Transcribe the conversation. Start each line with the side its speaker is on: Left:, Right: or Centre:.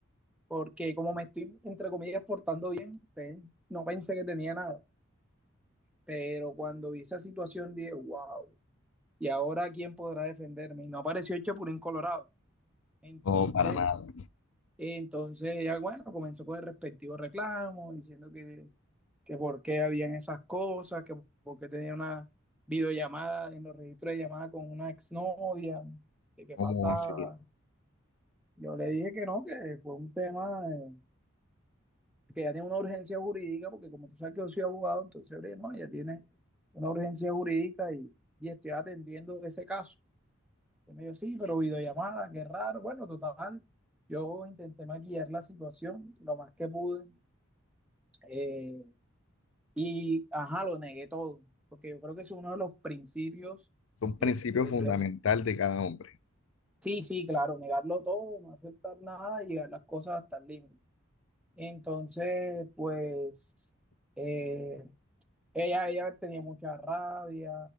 Centre: Porque como me estoy, entre comillas, portando bien, te- no pensé que tenía nada. Pero cuando vi esa situación dije, wow. y ahora quién podrá defenderme. Y no apareció el Chapulín Colorado. Entonces,
Left: No, para nada.
Centre: entonces ella, bueno, comenzó con el respectivo reclamo, diciendo que, que por qué habían esas cosas, que por qué tenía una videollamada en los registros de llamada con una exnovia, que qué
Left: ¿Cómo
Centre: pasaba.
Left: va a ser?
Centre: Yo le dije que no, que fue un tema eh, que ya tiene una urgencia jurídica, porque como tú sabes que yo soy abogado, entonces, oye, no, ella tiene una urgencia jurídica y, y estoy atendiendo ese caso. Y me dijo, sí, pero videollamada, qué raro. Bueno, total, yo intenté maquillar la situación lo más que pude. eh, y, ajá, lo negué todo, porque yo creo que es uno de los principios.
Left: Es un principio
Centre: eh, eh,
Left: fundamental
Centre: de-
Left: de cada hombre.
Centre: sí, sí, claro, negarlo todo, no aceptar nada y llegar las cosas hasta el límite. Entonces, pues, eh, Ella, ella tenía mucha rabia,